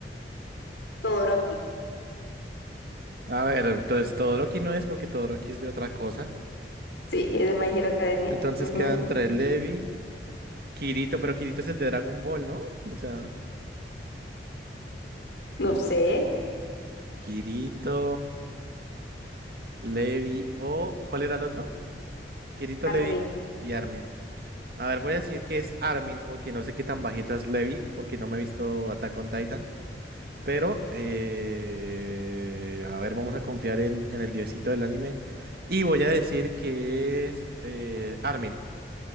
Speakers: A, on the left; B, on the right.
A: Todoroki.
B: A ver, entonces Todoroki no es porque Todoroki es de otra cosa.
A: Sí, es de My Hero Academia.
B: Entonces
A: Ujú.
B: quedan entre Levi, Kirito, pero Kirito es el de Dragon Ball, ¿no? O sea,
A: No sé,
B: Kirito, Levi o... ¿Cuál era el otro? Kirito, Levi
A: Armin.
B: y Armin. A ver, voy a decir que es Armin porque no sé qué tan bajito es Levi porque no me he visto Attack on Titan. Pero, eh, a ver, vamos a confiar en, en el diosito del anime. Y voy a decir que es eh, Armin.